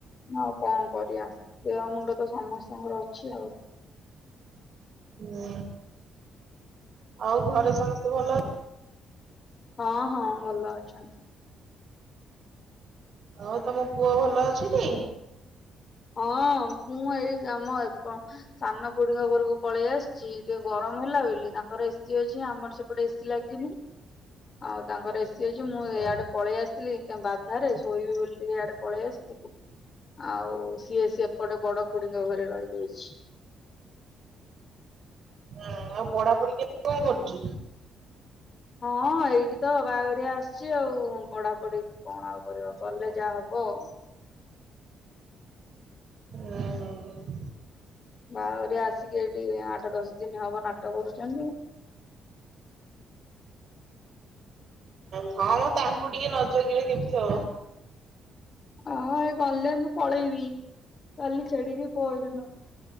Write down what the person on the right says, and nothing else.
ହୁଁ ଆଉ ଘରେ ସମସ୍ତେ ଭଲ?
ହଉ ତମ ପୁଅ ଭଲ ଅଛିଟି?
ହୁଁ
ହୁଁ ଆଉ ପଢାପଢି କେମିତି କଣ କରୁଚି?
ହୁଁ ହୁଁ।
ହଁଁ ମ ତାଙ୍କୁ ଟିକେ ନଜଗିଲେ କେମିତି ହବ।